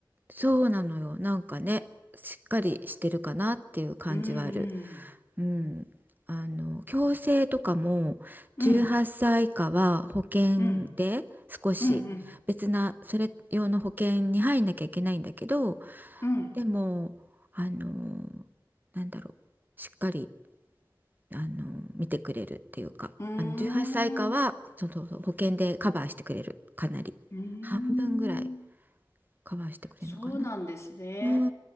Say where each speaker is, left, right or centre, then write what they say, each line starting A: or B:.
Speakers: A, on the right; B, on the left.
A: そうなのよ。なんかね、しっかりしてるかなっていう感じはある。
B: うんうん。
A: うん。あの、矯正とかも18歳以下は保険で少し別なそれ用の保険に入んなきゃいけないんだけど、
B: うん、うん、うん、うん、うん。
A: でも、あの、なんだろう、しっかり、あの、見てくれるっていうか、
B: うーん
A: あの18歳以下はそうそうそう保険でカバーしてくれる、かなり。
B: うーん、
A: 半分ぐらいカバーしてくれるのかな。
B: そうなんですね。
A: う